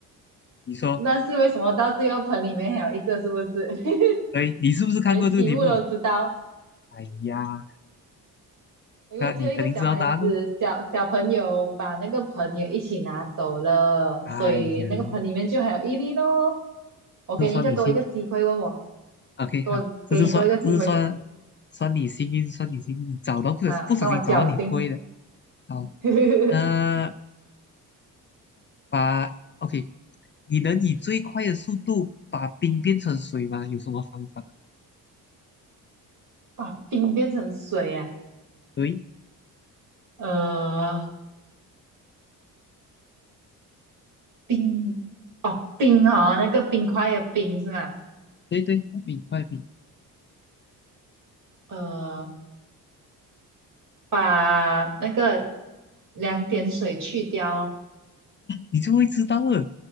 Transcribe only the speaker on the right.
那是为什么到最后盆里面还有一个，是不是？<laughs>
我连题目都知道，
因为最后一个小孩子小小朋友把那个盆也一起拿走了，
所以那个盆里面就还有一粒咯。我给你一个多一个机会，
问我
多给你多一个机会
啊，算我侥幸，
<laughs>
把冰变成水啊，
呃，冰哦冰哦，那个冰块的冰是吗？
呃，把那个两点水去掉哦，